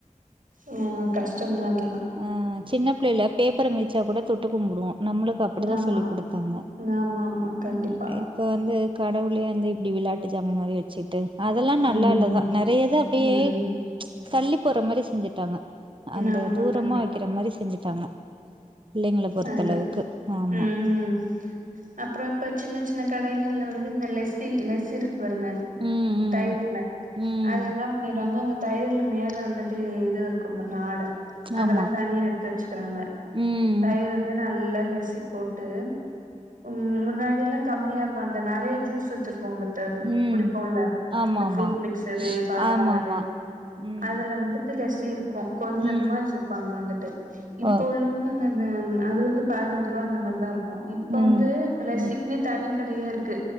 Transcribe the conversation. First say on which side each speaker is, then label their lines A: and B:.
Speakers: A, on the right (about 80°); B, on the right (about 40°).
A: ஆ கஷ்டந்தா இதெல்லா
B: அ சின்ன பிள்ளைல பேப்பரை மெதிச்சா கூட தொட்டு கும்பிடுவோ நம்மளுக்கு அப்டிதா
A: ஆமா
B: சொல்லி் குடுத்தாங்க
A: ஆமா ஆமா கண்டிப்பா
B: ஆ இப்ப வந்து கடவுள் பிள்ளயா இருந்தா இப்படி விளாட்டு ஜாமான் மாறி வச்சுட்டு அதெல்லா நல்லா
A: ம்
B: இல்லதா நிறைய இது அப்டியே
A: ம்
B: தள்ளி போற மாறி செஞ்சுட்டாங்க அந்த
A: ஆமா
B: தூரமா
A: கண்டிப்பா
B: வைக்கிற மாறி செஞ்சுட்டாங்க பிள்ளைங்கள பொறுத்தளவுக்கு
A: அ அது
B: ஆமா
A: உம் அப்புற இப்ப சின்ன சின்ன கடைகள்ல வந்து இந்த லெசி லெசி இருக் கும் பாருங்க
B: ம் ம்
A: தயிர்ல
B: ம்
A: அது என்ன பண்ணிறாங்க அந்த தயிர்ல மேல வந்துட்டு இது இருக்கும் பாருங்க ஆட அதெல்லா
B: ஆமா
A: தனியா எடுத்து வச்சுக்கிறாங்க
B: ம்
A: தயிரு வந்து நல்லா லெசி போட்டு உம் முன்னாடில்லா கம்மியா இருக்கும் அந்த நெறைய ஜூஸ் வச்சிருப்போ பார் ஏப்பு
B: ம்
A: குடிப்போம்ல
B: ஆமா
A: இந்த
B: ஆமா
A: ஃப்ரூட் மிக்சரு பாதாம்பாலு
B: ஆமா ஆமா ம்
A: அதுல வந்து ட்டுலெசி இருக்கு கொஞ்சம்மா
B: ம்
A: வெச்சிருப்பாங்க வந்துட்டு இப்ப
B: ஓகே
A: உள்ளவங்க அந்த மா வந்து அது வந்து பதினஞ்சு ரூவா அந்த மாதிரிதா இருக்கு இப்ப
B: ம்
A: வந்து லச்சிக்குனே
B: ம்
A: தனி கடையே இருக் கு